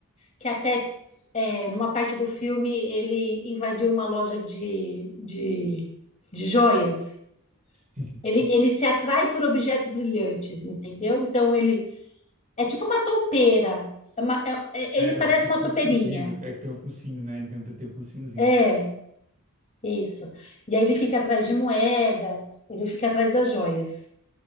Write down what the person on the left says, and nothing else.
que até é, numa parte do filme ele invadiu uma loja de, de, de joias.
Ele, ele se atrai por objetos brilhantes, entendeu? Então ele é tipo uma toupeira. É uma- é- é-
ele parece
uma toupeirinha.
É, isso. E aí ele fica atrás de moeda, ele fica atrás das joias,